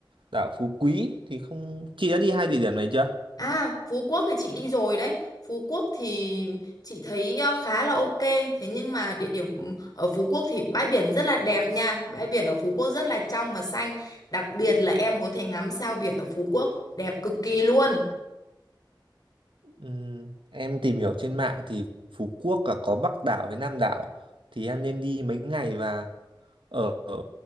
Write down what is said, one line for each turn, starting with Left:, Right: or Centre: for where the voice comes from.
Right: đảo Phú Quý thì không chị đã đi hai địa điểm này chưa?
Left: à Phú Quốc thì chị đi rồi đấy Phú Quốc thì chị thấy ờ, khá là ok thế nhưng mà địa điểm ở Phú Quốc thì bãi biển rất là đẹp nha bãi biển ở Phú Quốc rất là trong và xanh đặc biệt là em có thể ngắm sao biển ở Phú Quốc đẹp cực kỳ luôn
Right: Ừm, em tìm hiểu trên mạng thì Phú Quốc cả có Bắc đảo với Nam đảo thì em nên đi mấy ngày và ở, ở